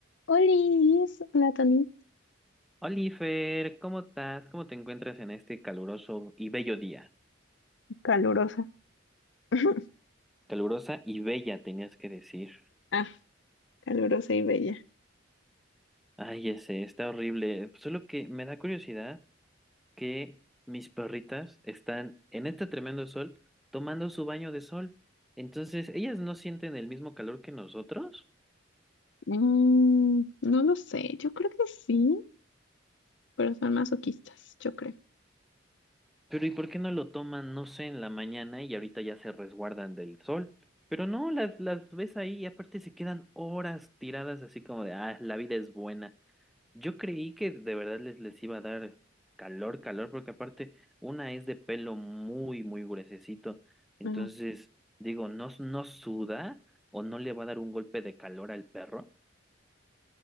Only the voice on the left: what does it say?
Olis, hola Tony,
calurosa. <laughs>
Ah, calurosa y bella.
Mm, no lo sé, yo creo que sí, pero son masoquistas, yo creo.
No.